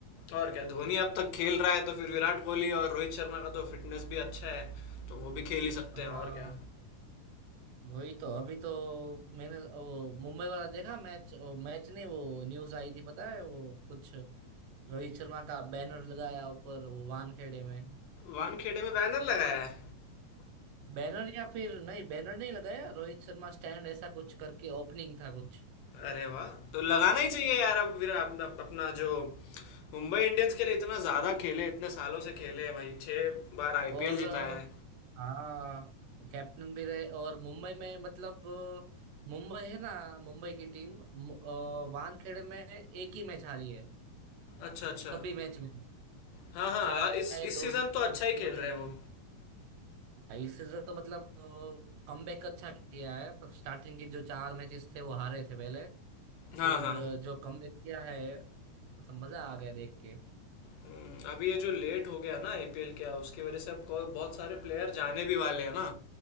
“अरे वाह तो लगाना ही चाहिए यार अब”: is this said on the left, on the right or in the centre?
Left